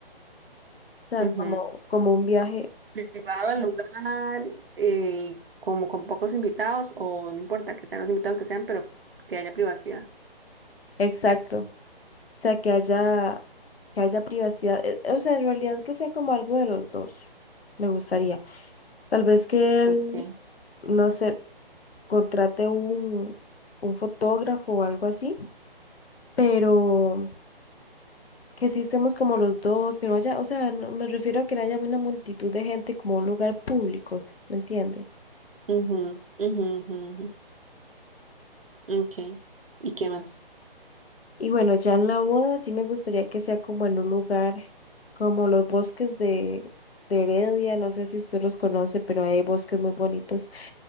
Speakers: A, on the left; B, on the right.
A: sea,
B: Ujú.
A: como, como un viaje
B: Privado el lugar, eh, como con pocos invitados, o no importa que sean los invitados que sean, pero que haya privacidad.
A: Exacto. O sea, que haya, que haya privacidad. eh, O sea, en realidad que sea como algo de los dos. Me gustaría. Tal vez que él,
B: Ok.
A: no sé, contrate un, un fotógrafo o algo así, pero que sí estemos como los dos, que no haya, o sea, no- me refiero a que no haya una multitud de gente como un lugar público, ¿me entiende?
B: Ujú, ujú, ujú, ujú. Ok. ¿Y qué más?
A: Y bueno, ya en la boda sí me gustaría que sea como en un lugar como los bosques de, de Heredia, no sé si usted los conoce, pero hay bosques muy bonitos.